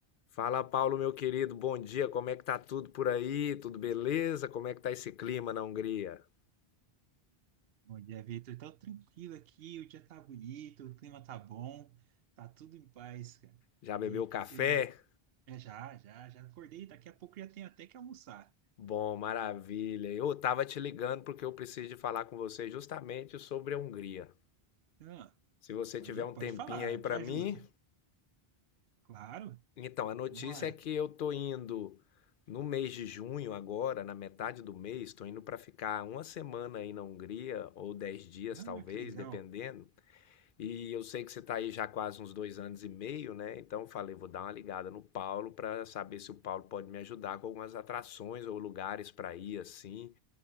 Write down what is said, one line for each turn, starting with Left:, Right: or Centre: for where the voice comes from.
Left: Fala, Paulo, meu querido, bom dia. Como é que tá tudo por aí? Tudo beleza? Como é que tá esse clima na Hungria?
Right: Bom dia, Vitor. Tá tranquilo aqui, o dia tá bonito, o clima tá bom, tá tudo em paz, cara.
Left: Já bebeu
Right: E aí, o
Left: café?
Right: que que você... man- É, já, já, já acordei, daqui a pouco já tenho até que almoçar.
Left: Bom, maravilha. Eu tava te ligando porque eu preciso de falar com você justamente sobre a Hungria.
Right: Ah,
Left: Se você
Right: pode,
Left: tiver um
Right: pode
Left: tempinho
Right: falar,
Left: aí pra
Right: te ajuda.
Left: mim,
Right: Claro,
Left: então a notícia
Right: vambora.
Left: é que eu tô indo no mês de junho agora, na metade do mês, tô indo pra ficar uma semana aí na Hungria ou dez dias
Right: Ah,
Left: talvez,
Right: que legal.
Left: dependendo. E eu sei que você está aí já quase uns dois anos e meio, né? Então eu falei, vou dar uma ligada no Paulo para saber se o Paulo pode me ajudar com algumas atrações ou lugares para ir assim.